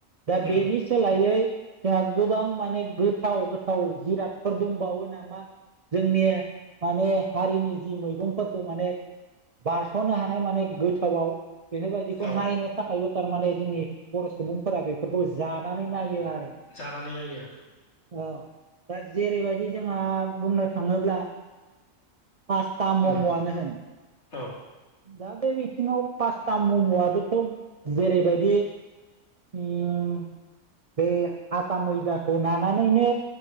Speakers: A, on the right; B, on the left.
A: दा
B: उम
A: बेनि सोलायै जोंहा गोबां माने गोथाव गोथाव जिरादफोर दंबावो नामा जोंनि माने हारिनि जि मैगंफोरखौ माने बार थनो हानाय माने गोथावआव बेफोरबायदिखौ
B: औ
A: नायनो थाखायबो थारमाने जोंनि बर' सुबुंफोरा बेफोरखौ जानानै नायो आरो
B: जानानै नायो
A: औ दा जेरैबायदि जोंहा बुंनो थाङोब्ला पास्ता मम'आनो
B: उम
A: होन
B: औ
A: दा बे बिथिङाव पासता मम'आबोथ' जेरैबायदि उम बे आथा मैदाखौ नानानैनो